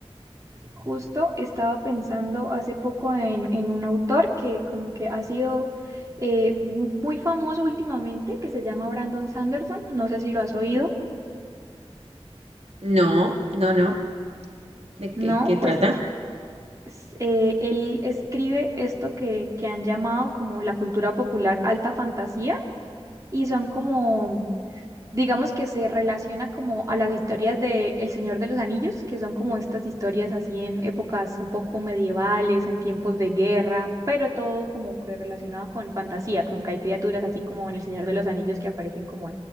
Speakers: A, on the right; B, on the right.
A: Justo estaba pensando hace poco en, en un autor que como que ha sido eh, muy famoso últimamente, que se llama Brandon Sanderson. No sé si lo has oído.
B: No, no, no. ¿De
A: No,
B: qué, qué trata?
A: pues s- eh, él escribe esto que, que han llamado como la cultura popular alta fantasía y son como digamos que se relaciona como a las historias de El Señor de los Anillos, que son como estas historias así en épocas un poco medievales, en tiempos de guerra, pero todo como que relacionado con fantasía, como que hay criaturas así como en El Señor de los Anillos que aparecen como